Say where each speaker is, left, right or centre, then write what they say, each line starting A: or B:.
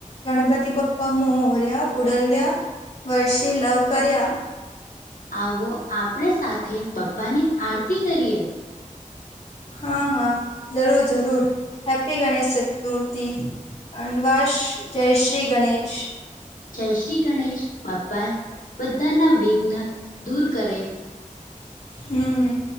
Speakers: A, on the left; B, on the left.
A: ગણપતિ બાપ્પા મોરયા, પુઢચ્યા વર્ષી લવકરીયા.
B: આવો, આપણે સાથે બાપ્પાની આરતી કરીએ.
A: હા હા જરૂર જરૂર હેપ્પી ગણેશ ચતુર્થી. <unintelligible> જય શ્રી ગણેશ.
B: જય શ્રી ગણેશ બાપ્પા બધાના વિઘ્ન દૂર કરે.
A: હમ